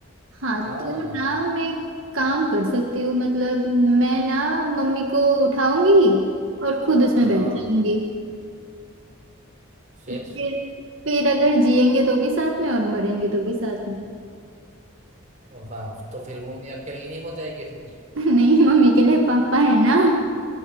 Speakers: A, on the right; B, on the right.
A: हाँ
B: हाँ
A: तो ना मैं काम कर सकती हूँ मतलब मैं ना मम्मी को उठाऊंगी और खुद उसमें
B: हाँ
A: बैठ जाऊंगी
B: फिर
A: फिर फिर अगर जिएंगे तो भी साथ में और मरेंगे तो भी साथ में
B: वाह तो फिर मम्मी अकेली नहीं हो जाएगी फिर
A: नहीं मम्मी के लिए पापा है ना